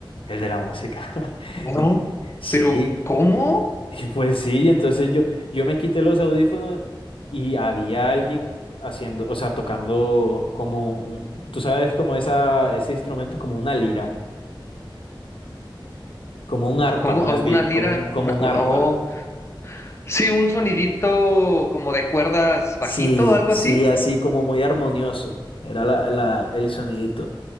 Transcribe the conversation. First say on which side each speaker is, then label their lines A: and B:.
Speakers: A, on the left; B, on the left.
A: el de la música. <laughs> Y-
B: No,
A: Sí,
B: pero ¿cómo?
A: y pues sí, entonces yo, yo me quité los audífonos y había alguien haciendo, o sea, tocando como un, tú sabes, como esa, ese instrumento, como una lira, como un arpa,
B: ¿Cómo?
A: más
B: ¿A una
A: bien,
B: lira?
A: como un, como
B: Una,
A: un
B: oh,
A: arpa.
B: sí, un sonidito como de cuerdas bajito,
A: Sí,
B: algo
A: sí,
B: así.
A: así como muy armonioso, era la, la- el sonidito.